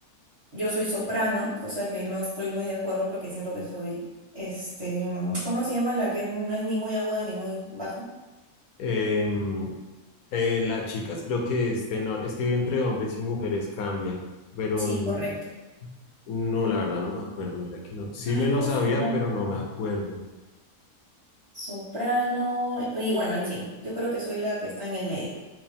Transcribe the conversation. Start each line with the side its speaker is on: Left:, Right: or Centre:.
Right: yo soy soprano, cosa que no estoy muy de acuerdo porque siento que soy, este, mm, ¿cómo se llama? La que no es ni muy aguda ni muy baja.
Left: Em, eh, las chicas creo que es tenor. Es que entre hombres y mujeres cambia, pero
Right: Sí,
Left: n-
Right: correcto.
Left: no, la verdad no me acuerdo. Mira que no. Sí
Right: Ay,
Left: me
Right: ¿cómo
Left: lo sabía,
Right: se llama?
Left: pero no me acuerdo.
Right: Soprano. Y bueno, en fin, yo creo que soy la que está en el medio,